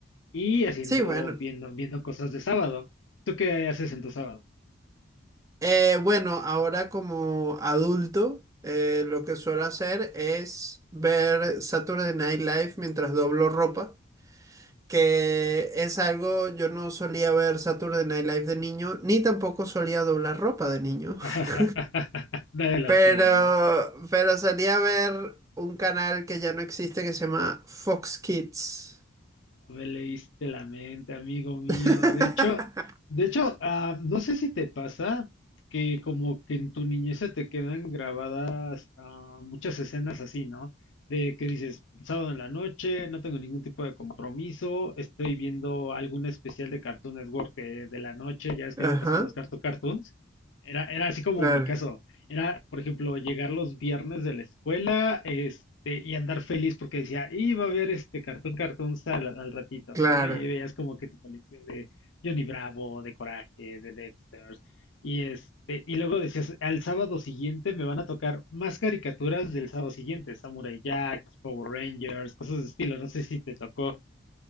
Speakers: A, on the left (about 70°); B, on the right (about 15°).
A: y haciendo,
B: Sí, bueno.
A: viendo, viendo cosas de sábado. ¿Tú qué haces en tu sábado?
B: Eh, bueno, ahora como adulto, eh, lo que suelo hacer es ver Saturday Night Live mientras doblo ropa, que es algo, yo no solía ver Saturday Night Live de niño, ni tampoco solía doblar ropa de niño.
A: <laughs>
B: <laughs>
A: Nadie la
B: Pero,
A: hacía,
B: pero solía ver un canal que ya no existe que se llama Fox Kids.
A: Me leíste la mente, amigo mío.
B: <laughs>
A: De hecho, de hecho, ah, no sé si te pasa que como que en tu niñez se te quedan grabadas ah, muchas escenas así, ¿no? De que dices, sábado en la noche, no tengo ningún tipo de compromiso, estoy viendo algún especial de Cartoon Network de, de la noche, ya es que
B: Ajá.
A: luego pasaban los Cartoon Cartoons. Era, era así como
B: Claro,
A: mi caso, era, por ejemplo, llegar los viernes de la escuela, este, y andar feliz porque decía, iba a ver este cartón cartón al, al ratito,
B: claro.
A: ¿no? Y ahí veías como que tu colección de Johnny Bravo, de Coraje, de Dexter, y este, y luego decías, al sábado siguiente me van a tocar más caricaturas del sábado siguiente, Samurai Jack, los Power Rangers, cosas de estilo, no sé si te tocó.